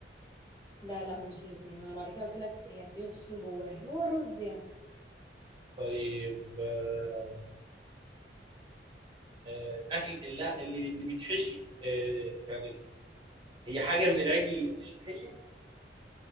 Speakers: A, on the left; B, on the right.
A: لا لا مش الاثنين انا بعد كده قلت لك هي بيدخل جواها اللي هو الرز يعني
B: طيب آه آه، الأكل لا اللي اللي بيتحشي آه يعني هي حاجة من العجل اللي بتتحشي